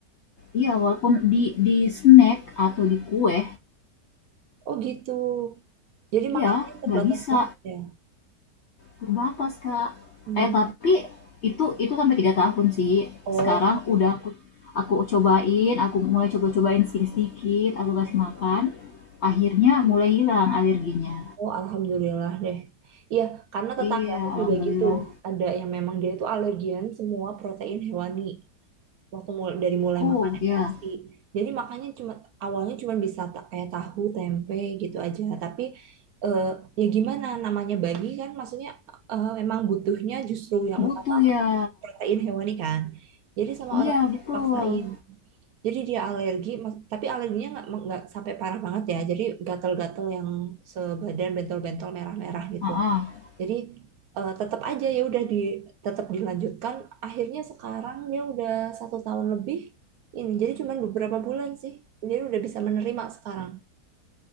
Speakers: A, on the left; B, on the right.
A: Iya, walaupun di di snack atau di kue,
B: Oh gitu. Jadi
A: iya
B: makanannya terbatas
A: nggak bisa
B: banget ya.
A: terbatas kak.
B: Hmm.
A: Eh tapi itu itu sampai tiga tahun sih.
B: Oh,
A: Sekarang udah aku aku cobain, aku mulai coba-cobain sedikit-sedikit, aku kasih makan. Akhirnya mulai hilang alerginya.
B: oh alhamdulillah deh. Iya, karena tetanggaku
A: Iya, alhamdulillah.
B: juga gitu. Ada yang memang dia itu alergian semua protein hewani. Waktu mul- dari mulai
A: Oh
B: makan
A: ya,
B: FPASI. Jadi makannya cuma awalnya cuma bisa ta- kayak tahu, tempe gitu aja. Tapi eh, ya gimana namanya bayi kan maksudnya eh, emang butuhnya justru yang
A: butuh
B: utama
A: ya.
B: protein hewani kan. Jadi sama
A: Iya
B: orang tuanya
A: betul.
B: dipaksain. Jadi dia alergi, mas- tapi alerginya nggak nggak sampai parah banget ya. Jadi gatel-gatel yang sebadan bentol-bentol merah-merah gitu.
A: Ah, ah.
B: Jadi eh, tetap aja ya udah di tetap dilanjutkan. Akhirnya sekarang dia udah satu tahun lebih ini. Jadi cuman beberapa bulan sih. Jadi udah bisa menerima sekarang.